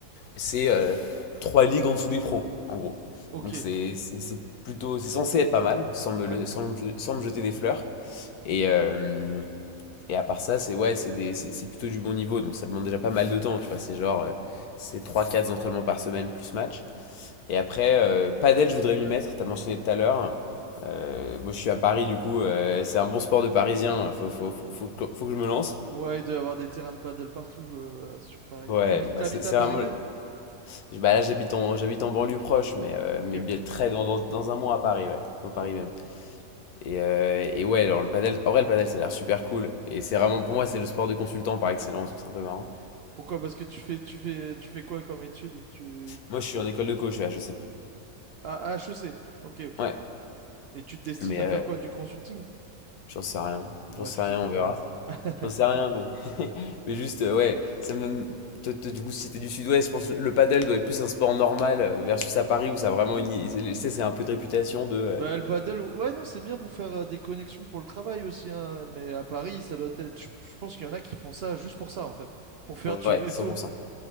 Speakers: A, on the left; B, on the right.
A: c'est euh, trois ligues en dessous des pros, en gros.
B: Ok,
A: Donc c'est c'est- c'est plutôt, c'est censé être pas mal, sans me,
B: ouais.
A: le- sans, me sans me jeter des fleurs. Et, euh, et à part ça, c'est ouais, c'est des- c'est c'est plutôt du bon niveau, donc ça demande déjà pas mal de temps, tu vois. C'est genre, euh, c'est trois quatre entraînements par semaine plus match. Et après, euh, padel, je voudrais m'y mettre, t'as mentionné tout à l'heure. Euh, moi, je suis à Paris, du coup, euh, c'est un bon sport de Parisien. Faut, faut, faut, faut que faut que je me lance.
B: Ouais, il doit y avoir des terrains de paddle partout euh, sur Paris.
A: Ouais,
B: T'habites,
A: bah
B: t'habites
A: c'est c'est
B: à Paris
A: vraiment.
B: même?
A: le- Bah là, j'habite en, j'habite en banlieue proche, mais, euh,
B: Ok,
A: mais bien
B: ok,
A: très dans, dans, dans un mois à Paris, ouais, dans Paris
B: ok,
A: même.
B: ok.
A: Et, euh, et ouais, alors le padel, en vrai, le padel, ça a l'air super cool. Et c'est vraiment, pour moi, c'est le sport de consultant par excellence, donc c'est un peu marrant.
B: Pourquoi? Parce que tu fais, tu fais, tu fais quoi comme étude? Tu...
A: Moi, je suis en école de coach, je sais.
B: Ah, à HEC. Ok, ok.
A: Ouais,
B: Et tu te destines
A: mais
B: à
A: euh,
B: faire quoi? Du consulting?
A: j'en sais rien.
B: Ouais,
A: J'en sais
B: tu
A: rien,
B: sais pas
A: on
B: pour
A: verra.
B: l'instant. <laughs>
A: J'en sais rien, mais. <laughs> Mais juste, euh, ouais, ça me. toi, toi, Du coup, si t'es du sud-ouest, je pense que le padel doit être plus un sport normal euh, versus à Paris où ça a vraiment une. Tu sais, c'est un peu de réputation de.
B: Bah, le paddle, ouais, non, c'est bien pour faire euh, des connexions pour le travail aussi, hein. Mais à Paris, ça doit être. Je je pense qu'il y en a qui font ça juste pour ça, en fait. Pour faire
A: euh,
B: du
A: Ouais,
B: réseau.
A: cent pour cent